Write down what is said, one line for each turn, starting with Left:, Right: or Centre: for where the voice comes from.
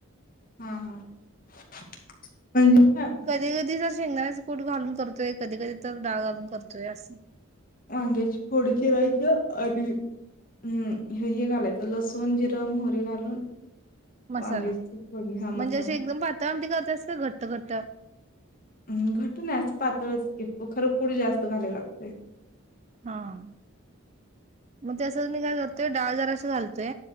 Left: हा. हा. <unintelligible>
Right: कधी कधी तर शेंगदाण्याच कूट घालून करतोय. कधी कधी तर डाळ घालून करतोय असं.
Left: वांग्याच्या फोडी चिरायच्या आणि- अं. हे हे घालायचं लसूण, जिर, मोहरी घालून-
Right: मसाला
Left: वांगेची फोडी हा
Right: म्हणजे
Left: मसाला.
Right: अशी एकदम पातळ आमटी करतेस का घट्ट करतेय?
Left: घट्ट नाही अस पातळच की खरं कुट जास्त घालाया लागतय.
Right: हां. मग त्याच मी काय करतेय डाळ जराशी घालते-